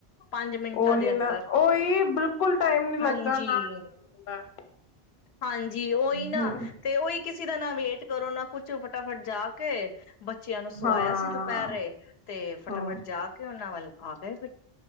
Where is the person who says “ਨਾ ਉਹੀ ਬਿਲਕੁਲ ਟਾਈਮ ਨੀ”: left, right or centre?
Left